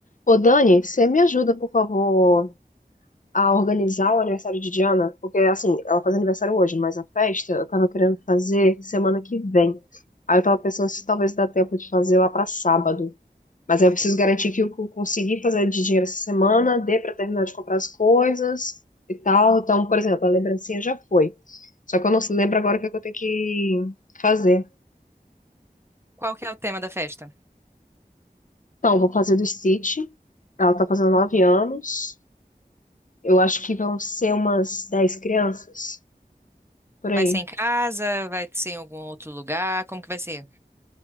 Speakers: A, on the left; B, on the right.
A: Ô, Dani, você me ajuda, por favor, a organizar o aniversário de Diana? Porque, assim, ela faz aniversário hoje, mas a festa eu tava querendo fazer semana que vem. Aí eu tava pensando se talvez dá tempo de fazer lá pra sábado. Mas aí eu preciso garantir que eu co- consegui fazer de dinheiro essa semana, dê pra terminar de comprar as coisas e tal. Então, por exemplo, a lembrancinha já foi. Só que eu não lembro agora o que é que eu tenho que fazer.
B: Qual que é o tema da festa?
A: Então, eu vou fazer do Stitch. Ela tá fazendo nove anos. Eu acho que vão ser umas 10 crianças por
B: Vai
A: aí.
B: ser em casa? Vai ser em algum outro lugar? Como que vai ser?